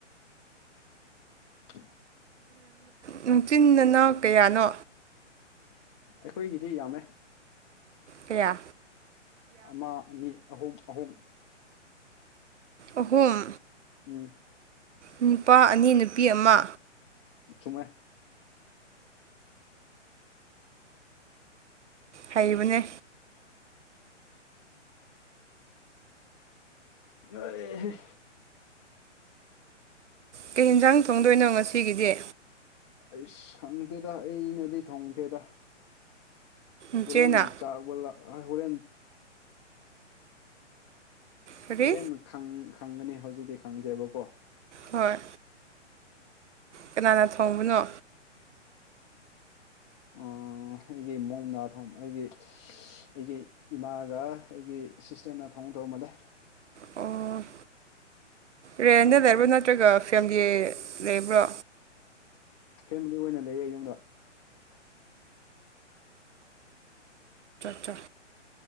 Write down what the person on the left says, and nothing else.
<unintelligible>
ꯑꯩꯈꯣꯏꯒꯤꯗꯤ ꯌꯥꯝꯃꯦ
ꯑꯃ ꯑꯅꯤ ꯑꯍꯨꯝ ꯑꯍꯨꯝ
ꯎꯝ
ꯆꯨꯝꯃ
ꯑ
ꯑꯩꯁ ꯈꯪꯗꯦꯗ ꯑꯩꯅꯗꯤ ꯊꯣꯡꯗꯦꯗ
ꯍꯣꯔꯦꯟ ꯆꯥꯛꯕꯂ ꯍꯣꯔꯦꯟ
ꯍꯣꯔꯦꯟ ꯈꯪꯒꯅꯤ ꯍꯧꯖꯤꯛꯇꯤ ꯈꯪꯗꯦꯕꯀꯣ
ꯑꯣ ꯑꯩꯒꯤ ꯃꯣꯝꯗ ꯊ ꯑꯩꯒꯤ ꯑꯩꯒꯤ ꯏꯃꯥꯒ ꯑꯩꯒꯤ ꯁꯤꯁꯇꯔꯅ ꯊꯝ ꯍ ꯇꯧ ꯃꯗ
ꯐꯦꯃꯤꯂꯤ ꯑꯣꯏꯅ ꯂꯩꯌꯦ ꯌꯨꯝꯗ